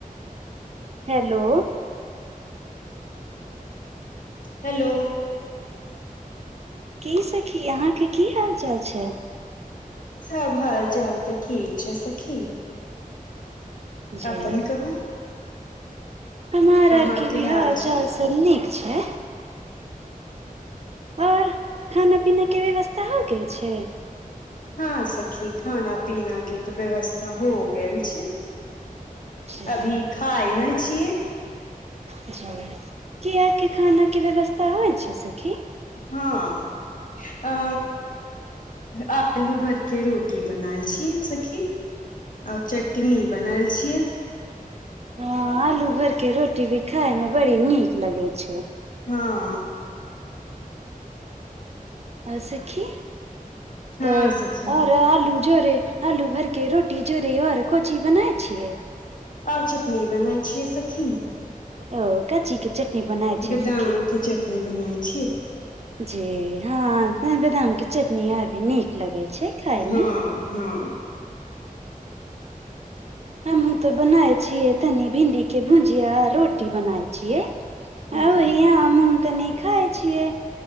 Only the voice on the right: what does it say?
hello
की सखी अहाँके की हाल चाल छै
जे
हमार आरके
भि हाल
चाल सब नीक छै पर खाना पीना के व्यवस्था हो गेल छै
जी
जी की आहँके खाना के व्यवस्था होइ छै सखी
हँ आलू भर के रोटी भी खायमे बड़ी नीक लगै छै
आ सखी
तऽ आओर
आलू जोरे आलू भर के रोटी जोरे आओर को ची बनाय छियै
ओ का ची के चटनी बनाय छै
सखी
जी हँ बेदाम के चटनी अभी नीक लगै छै खायमे
हमहूँ तऽ बनाय छियै तनी भिंडी के भुंजिया रोटी बनाय छियै
आय यहाँ मन तनी खाय छियै